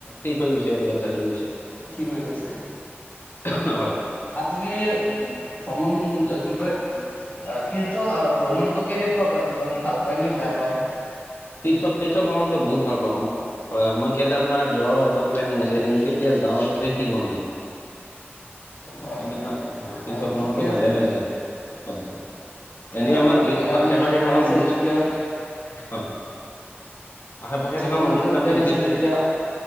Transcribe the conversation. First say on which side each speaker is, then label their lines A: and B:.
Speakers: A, on the left; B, on the left.
A: ঠিক হৈ গৈছে আৰু এডজাষ্ট হৈ গৈছে।
B: ঠিক হৈ গৈছে।
A: <unintelligible>
B: আপুনি, <unintelligible> কি কয়? অ, তীৰ্থ ভ্ৰমণটো কেনেকুৱা পাই, ধৰক ভাল পায় নে, বেয়া পায়?
A: তীৰ্থ, তীৰ্থ ভ্ৰমণটো বহুত ভাল পাওঁ মই। হয়, হয়। মই কেদাৰনাথ যোৱাও এটা প্লেনিং আছে, কিন্তু কেতিয়া যাওঁ সেইটো হে ঠিক হোৱা নাই।
B: হয়
A: কেদাৰনাথ, অ, তীৰ্থ
B: আৰু
A: ভ্ৰমণটো
B: ঠিকে আছে
A: ভালে লাগে আৰু। হয় এনেই
B: আহ
A: আমাৰ আশে
B: কেদাৰনাথ যোৱা
A: পাশে
B: প্লেন
A: থকা
B: আছে
A: মন্দিৰ
B: যেতিয়া
A: হয় আশে পাশে
B: কেদাৰনাথ
A: থকা মন্দিৰবিলাকতো
B: যোৱা প্লেন
A: দেখিছোৱেই
B: আছে যেতিয়া